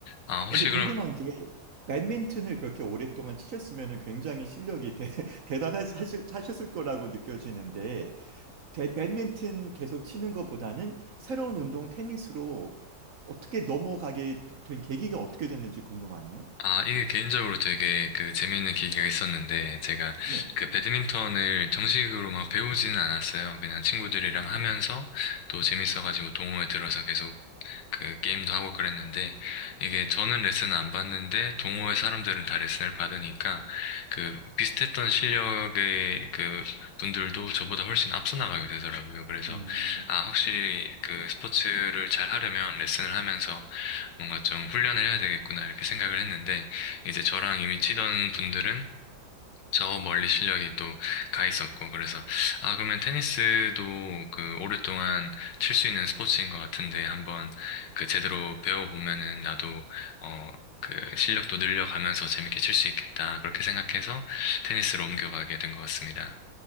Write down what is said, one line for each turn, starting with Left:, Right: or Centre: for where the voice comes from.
Left: 아, 혹시
Right: 근데 궁금한
Left: 그럼,
Right: 게 배드민턴을 그렇게 오랫동안 치셨으면 굉장히 실력이 대, <laughs> 대단하셨을 거라고 느껴지는데 대- 배드민턴 계속 치는 것보다는 새로운 운동 테니스로 어떻게 넘어가게 된 계기가 어떻게 됐는지 궁금하네요.
Left: 아, 이게 개인적으로 되게 그 재미있는 계기가 있었는데, 제가
Right: 네.
Left: 그 배드민턴을 정식으로 막 배우지는 않았어요. 그냥 친구들이랑
Right: 음,
Left: 하면서 또 재밌어가지고 동호회 들어서 계속 그 게임도 하고 그랬는데 이게 저는 레슨을 안 받는데 동호회 사람들은 다 레슨을 받으니까 그 비슷했던 실력의 그 분들도 저보다 훨씬 앞서 나가게 되더라고요. 그래서
Right: 음.
Left: 아 확실히 그 스포츠를 잘 하려면 레슨을 하면서 뭔가 좀 훈련을 해야 되겠구나 이렇게 생각을 했는데 이제 저랑 이미 치던 분들은 저 멀리 실력이 또 가 있었고 그래서 아 그러면 테니스도 그 오랫동안 칠 수 있는 스포츠인 것 같은데 한번 그 제대로 배워보면은 나도 어 그 실력도 늘려가면서 재밌게 칠 수 있겠다 그렇게 생각해서 테니스로 옮겨가게 된 것 같습니다.